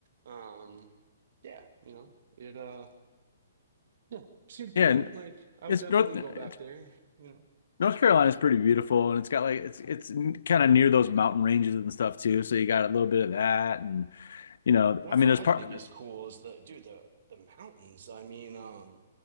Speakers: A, on the right; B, on the left.
A: Um, yeah, you know, it uh yeah, seemed appealing.
B: yeah and
A: Like I would
B: it's
A: definitely
B: north it's
A: go back there, you know.
B: North Carolina is pretty beautiful, and it's got like it's it's kind of near those mountain ranges and stuff too. So you got a little bit of that, and you know,
A: That's
B: I mean,
A: what
B: there's
A: I
B: part.
A: think is cool is the dude, the the mountains. I mean, um,